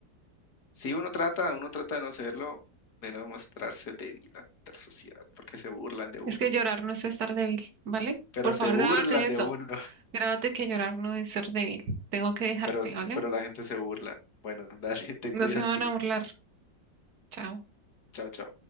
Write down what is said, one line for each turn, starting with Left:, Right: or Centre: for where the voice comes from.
Left: Si uno trata, uno trata de no hacerlo, de no mostrarse débil ante la sociedad, porque se burlan de uno,
Right: Es que llorar no es estar débil, ¿vale?
Left: pero
Right: Por
Left: se
Right: favor,
Left: burlan
Right: grábate eso.
Left: de uno.
Right: Grábate que llorar no es ser débil. Tengo que dejarte,
Left: pero,
Right: ¿vale?
Left: pero la gente se burla. Bueno, dale, <laughs> te
Right: No
Left: cuidas,
Right: se van
Left: tío.
Right: a burlar. Chao.
Left: Chao, chao.